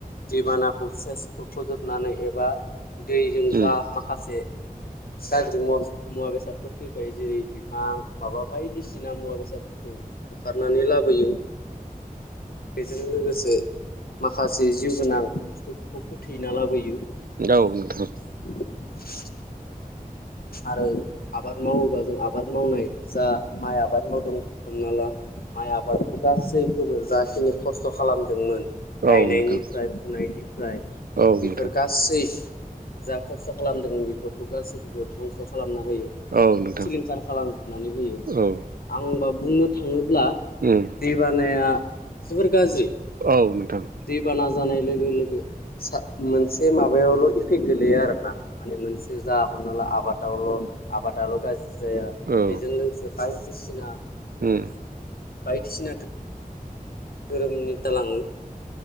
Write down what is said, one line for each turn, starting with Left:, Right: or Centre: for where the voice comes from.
Left: दैबानाखौ सेस गुरख'जोबनानै एबा दैजों
Right: नोंथां
Left: जा माखासे गाज्रि मुवा मुवा बेसादफोर फैफायो जेरै बिफां माबा बायदिसिना सिना मुवा बेसादफोरखौ बुखारनानै लाबोयो। जों लोगोसे माखासे जिउ गोनां बुस्थुफोरखौ फोथैना लाबोयो।
Right: औ नोंथां।
Left: <inaudible> आरो आबाद मावोबा जों आबाद मावनाय जा माइ आबाद मावदों हमना ला माइ आबाद गासैखौबो जाखिनि खस्थ' खालामदोंमोन गायनायनिफ्राय
Right: औ नोंथां
Left: फुनायनिफ्राय
Right: औ
Left: बेफोर
Right: नोंथां औ नोंथां
Left: गा सैस जा खस्थ' खालामदोंमोन बेफोरखौ गासैखौबो धंस' खालामना होयो।
Right: औ नोंथां
Left: सिलिंखार खालामजोबनानै होयो
Right: औ
Left: आंबा बुंनो थाङोब्ला,
Right: उम
Left: दै बानाया जोबोर गाज्रि,
Right: औ नोंथां।
Left: दैबाना जानाय लोगो लोगो मोनसे माबायावल' इफेक्ट गोलैया आरोना माने मोनसे जा हमना ला आबादावल' आबादाल' गाज्रि जाया
Right: औ औ
Left: बेजों लोगोसे, बायदिसिनो,
Right: उम
Left: बायदिसिना दोरोमनि जालाङो,